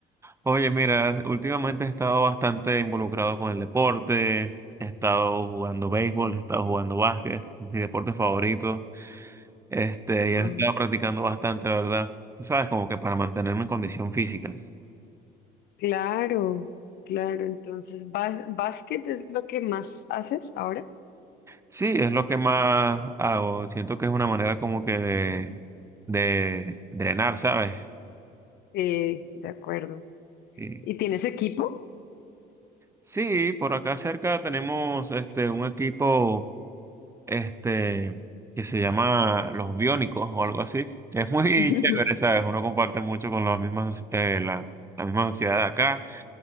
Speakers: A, on the right; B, on the left.
A: Oye, mira, últimamente he estado bastante involucrado con el deporte, he estado jugando béisbol, he estado jugando básquet, mi deporte favorito, este, y
B: Mm.
A: he estado practicando bastante, la verdad. Tú sabes, como que para mantenerme en condición física.
B: Claro, claro. Entonces, ba- ¿básquet es lo que más haces ahora?
A: Sí, es lo que más hago. Siento que es una manera como que de, de drenar, ¿sabes?
B: Sí, de acuerdo.
A: Sí.
B: ¿Y tienes equipo?
A: Sí, por acá cerca tenemos este un equipo este que se llama Los Biónicos o algo así. Es muy <laughs>
B: <laughs>
A: chévere, ¿sabes? Uno comparte mucho con las mismas eh, la, la misma sociedad de acá